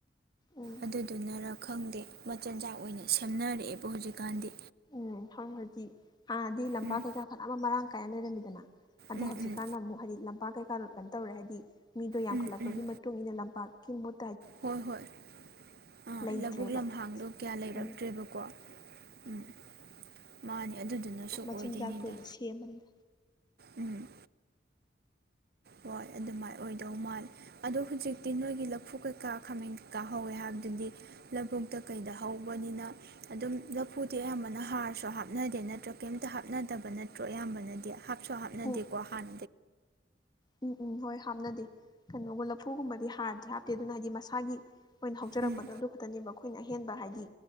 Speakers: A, on the left; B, on the right.
A: ꯎꯝ
B: ꯑꯗꯨꯗꯨꯅꯔꯥ ꯈꯪꯗꯦ ꯃꯆꯤꯟꯖꯥꯛ ꯑꯣꯏꯅ ꯁꯦꯝꯅꯔꯛꯑꯦꯕ ꯍꯧꯖꯤꯛꯀꯥꯟꯗꯤ
A: ꯎꯝ ꯍꯣꯏ ꯍꯣꯏꯖꯤ ꯍꯥꯟꯅꯗꯤ ꯂꯝꯄꯥꯛ
B: ꯎꯝ
A: ꯀꯩꯀꯥ ꯐꯅꯅꯕ ꯃꯔꯥꯡ ꯀꯥꯏ ꯂꯩꯔꯝꯃꯤꯗꯅ ꯑꯗꯣ
B: ꯎꯝ
A: ꯍꯧꯖꯤꯛꯀꯥꯟꯅ
B: ꯎꯝ
A: ꯑꯃꯨꯛ ꯍꯥꯏꯗꯤ ꯄꯥꯛ ꯀꯩꯀꯥ ꯀꯩꯅꯣ ꯇꯧꯔꯦ ꯍꯥꯏꯗꯤ ꯃꯤꯗꯣ ꯌꯥꯝꯈꯠꯂꯛꯄꯒꯤ
B: ꯎꯝ ꯎꯝ
A: ꯃꯇꯨꯡꯏꯟꯅ ꯂꯝꯄꯥꯛ ꯀꯤꯡꯃꯨꯠ
B: ꯍꯣꯏ ꯍꯣꯏ ꯑꯥ
A: ꯂꯩꯇ꯭ꯔꯦꯕ
B: ꯂꯧꯕꯨꯛ ꯂꯝꯍꯥꯡꯗꯣ ꯀꯌꯥ ꯂꯩꯔꯛꯇ꯭ꯔꯦꯕꯀꯣ
A: ꯎꯝ
B: ꯎꯝ ꯃꯥꯅꯤ ꯑꯗꯨꯗꯨꯅꯁꯨ
A: ꯃꯆꯤꯟꯖꯥꯛꯇ
B: ꯑꯣꯏꯗꯣꯏꯅꯤꯗ
A: ꯑꯣꯏꯅ ꯁꯦꯝꯕꯅꯤꯗ
B: ꯎꯝ ꯍꯣꯏ ꯑꯗꯨꯃꯥꯏꯅ ꯑꯣꯏꯗꯧ ꯃꯥꯜꯂꯦ ꯑꯗꯣ ꯍꯧꯖꯤꯛꯇꯤ ꯅꯣꯏꯒꯤ ꯂꯐꯨ ꯀꯩꯀꯥ ꯈꯥꯃꯦꯟ ꯀꯩꯀꯥ ꯍꯧꯋꯦ ꯍꯥꯏꯕꯗꯨꯗꯤ ꯂꯕꯨꯨꯛꯇ ꯀꯩꯗ ꯍꯧꯕꯅꯤꯅ ꯑꯗꯨꯝ ꯂꯐꯨꯗꯤ ꯑꯌꯥꯝꯕꯅ ꯍꯥꯔꯁꯨ ꯍꯥꯞꯅꯗꯦ ꯅꯠꯇ꯭ꯔꯥ ꯀꯩꯝꯇ ꯍꯥꯞꯅꯗꯕ ꯅꯠꯇ꯭ꯔꯣ ꯑꯌꯥꯝꯕꯅꯗꯤ ꯍꯥꯞꯁꯨ ꯍꯥꯞꯅꯗꯦꯀꯣ
A: ꯎꯝ
B: ꯍꯥꯟ
A: ꯎꯝ ꯎꯝ ꯍꯣꯏ ꯍꯥꯞꯅꯗꯦ ꯀꯩꯅꯣꯒ ꯂꯐꯨꯒꯨꯝꯕꯗꯤ ꯍꯥꯔꯗꯤ ꯍꯥꯞ ꯇꯦ ꯑꯗꯨꯅ ꯍꯥꯏꯗꯤ ꯃꯁꯥꯒꯤ ꯑꯣꯏꯅ ꯍꯧꯖꯔꯛꯄꯗꯣ
B: ꯎꯝ
A: ꯑꯗꯨ ꯈꯛꯇꯅꯦꯕ ꯑꯩꯈꯣꯏꯅ ꯑꯍꯦꯟꯕ ꯍꯥꯏꯗꯤ